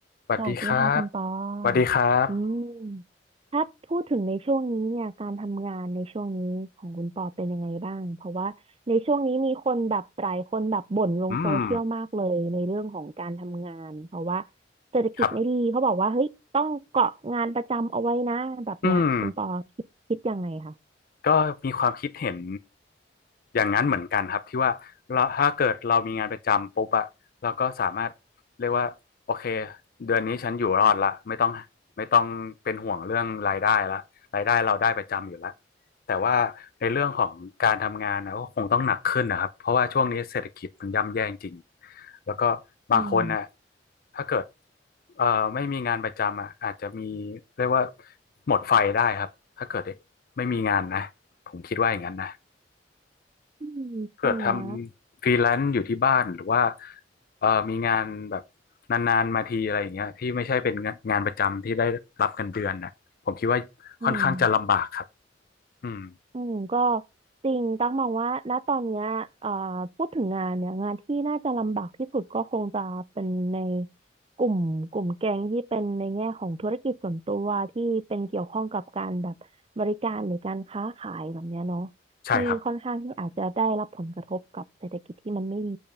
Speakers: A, on the left; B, on the right.
A: สวัสดีครับ
B: สวัสดีค่ะคุณปอ
A: สวัสดีครับ
B: อืมถ้าพูดถึงในช่วงนี้เนี่ยการทำงานในช่วงนี้ของคุณปอเป็นยังไงบ้างเพราะว่าในช่วงนี้มีคนแบบหลายคนแบบบ่นลงโซเชียลมากเลยในเรื่องของการทำงานเพราะว่า
A: อืม
B: เศรษฐกิจไม่ดีเขาบอกว่าเฮ้ยต้องเกาะงานประจำเอาไว้นะแบบเนี้ยคุณปอคิดคิดยังไงคะ
A: ครับอืมก็มีความคิดเห็นอย่างนั้นเหมือนกันครับที่ว่าเราถ้าเกิดเรามีงานประจำปุ๊บอะเราก็สามารถเรียกว่าโอเคเดือนนี้ฉันอยู่รอดละไม่ต้องไม่ต้องเป็นห่วงเรื่องรายได้ละรายได้เราได้ประจำอยู่ละแต่ว่าในเรื่องของการทำงานนะก็คงต้องหนักขึ้นนะครับ เพราะว่าช่วงนี้เศรษฐกิจมันย่ำแย่จริง แล้วก็บางคนน่ะ
B: อืม
A: ถ้าเกิดเอ่อไม่มีงานประจำอ่ะอาจจะมีเรียกว่าหมดไฟได้ครับถ้าเกิดไม่มีงานนะผมคิดว่าอย่างนั้นนะ
B: อืมจริงนะ
A: เกิดทำฟรีแลนซ์อยู่ที่บ้านหรือว่าเอ่อมีงานแบบนานๆมาทีอะไรอย่างเงี้ยที่ไม่ใช่เป็นงานประจำที่ได้รับเงินเดือนนะผมคิดว่าค่อนข้างจะลำบากครับ
B: อืม
A: อืม
B: อืมก็จริงตั๊กมองว่าณตอนเนี้ยเอ่อพูดถึงงานเนี่ยงานที่น่าจะลำบากที่สุดก็คงจะเป็นในกลุ่มกลุ่มแก๊งที่เป็นในแง่ของธุรกิจส่วนตัวที่เป็นเกี่ยวข้องกับการแบบบริการหรือการค้าขายแบบเนี้ยเนาะที่ค่อนข้างที่อาจจะได้รับผลกระทบกับเศรษฐกิจที่มันไม่ดี
A: ใช่ครับ